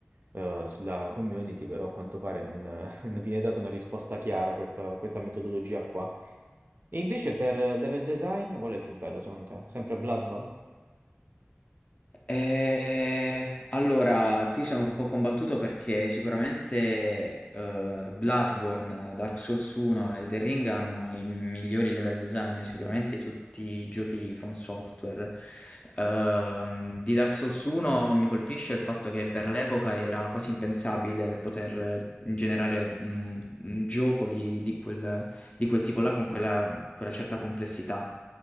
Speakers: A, on the right (about 50°); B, on the left (about 30°).
A: eh, sulla community, però a quanto pare non, <laughs> non viene data una risposta chiara a questa, questa metodologia qua. E invece per level design, qual è il più bello secondo te? Sempre Bloodborne?
B: Eh, allora, qui sono un po' combattuto perché sicuramente eh, Bloodborne, Dark Souls 1 e Elden Ring hanno i migliori level design sicuramente di tutti i giochi from software. Ehm, di Dark Souls 1 mi colpisce il fatto che per l'epoca era quasi impensabile poter generare un, un gioco di, di quel, di quel tipo là con quella, quella certa complessità.